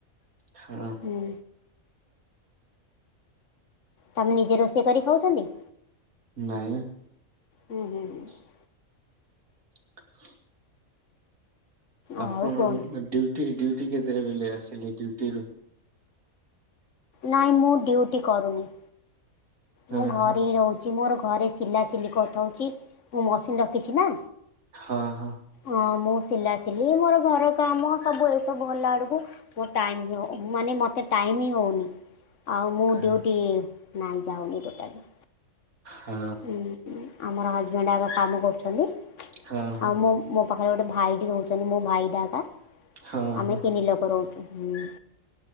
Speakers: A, on the right (about 85°); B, on the left (about 65°).
A: ହଁ।
B: ହୁଁ ତମେ ନିଜେ ରୋଷେଇ କରି ଖାଉଛନ୍ତି?
A: ନାଇଁ।
B: ହୁଁ ହୁଁ ହୁଁ।
A: ସି। ସି <unintelligible> ଆପଣ
B: ଆଉ କଣ
A: ଡିଉଟି ଡିଉଟି କେତେ ବେଲେ ଆସିଲେ ଡିଉଟିରୁ?
B: ନାଇଁ ମୁଁ ଡ୍ୟୁଟି କରୁନି।
A: ହଁ
B: ମୁଁ ଘରେ
A: ହଁ
B: ହିଁ ରହୁଚି। ମୋର ଘରେ ସିଲାସିଲି କଥଉଚି। ମୁଁ ମସିନ୍ ରଖିଚି ନା।
A: ହଁ-ହଁ।
B: ହଁ ମୁଁ ସିଲାସିଲି ମୋର ଘର କାମ ସବୁ ଏସବୁ ହଲା ଆଡ଼କୁ ମୋ ଟାଇମ ମ ଓ ମାନେ ମୋତେ ଟାଇମ ହି ହଉନି। ଆଉ ମୁଁ
A: ହଁ
B: ଡ୍ୟୁଟି ନାଇଁ ଯାଉନି ଟୋଟାଲି।
A: ହଁ
B: ଉଁ-ଉଁ ଆମର ହଜବେଣ୍ଡ ଆଗା କାମ କରୁଛନ୍ତି।
A: ହଁ ହଁ ହଁ
B: ଆଉ ମୁଁ ମୋ ପାଖରେ ଗୋଟେ ଭାଇଟି ରହୁଛନ୍ତି। ମୋ ଭାଇଟା ଆକା।
A: ହଁ
B: ଆମେ
A: ହଁ
B: ତିନି ଲୋକ ରହୁଚୁ ହୁଁ।